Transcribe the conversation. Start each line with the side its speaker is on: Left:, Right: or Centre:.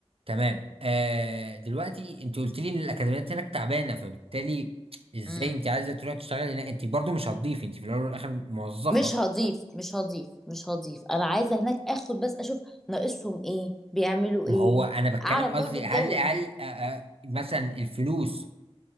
Right: تمام آه دلوقتي انت قلت لي ان الاكاديميات
Centre: مم.
Right: هناك تعبانه فبالتالي ازاي
Centre: مم.
Right: انت عايزه تروحي تشتغلي هناك انت برضو مش هتضيفي انت في الاول والاخر موظفه
Centre: مش هضيف مش هضيف مش هضيف انا عايزه هناك اخد بس اشوف ناقصهم ايه بيعملوا
Right: ما
Centre: ايه
Right: هو انا بتكلم
Centre: اعرف
Right: قصدي
Centre: برضو الجو
Right: هل هل
Centre: هناك
Right: آه آه مثلا الفلوس